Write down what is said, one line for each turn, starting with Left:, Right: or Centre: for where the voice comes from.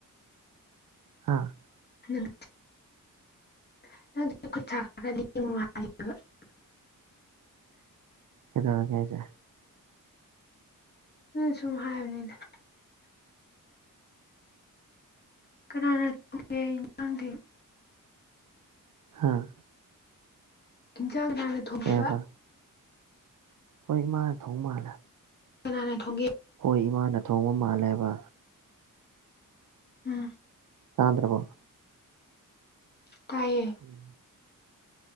Right: ꯍꯥ
Left: ꯅꯪ <unintelligible>
Right: ꯍꯗꯉ ꯀꯦꯁꯦ
Left: ꯅꯣꯏ ꯁꯨꯝ ꯍꯥꯏꯕꯅꯤꯗ ꯀꯅꯥꯅ ꯇꯧꯒꯦ ꯌꯦꯟꯁꯥꯡꯗꯤ
Right: ꯍꯥꯥ
Left: ꯏꯟꯁꯥꯡ ꯅꯥꯅ ꯊꯣꯡꯕꯤꯕ
Right: ꯀꯩꯑꯕ ꯍꯣꯏ ꯏꯃꯥꯅ ꯊꯣꯡ ꯃꯥꯜꯂ
Left: ꯀꯅꯥꯅ ꯊꯣꯡꯒꯦ
Right: ꯍꯣꯏ ꯏꯃꯥꯅ ꯊꯣꯡꯕ ꯃꯥꯜꯂꯦꯕ
Left: ꯑ
Right: ꯀꯥꯗ꯭ꯔꯕꯣ
Left: ꯇꯥꯏꯌꯦ
Right: ꯎꯝ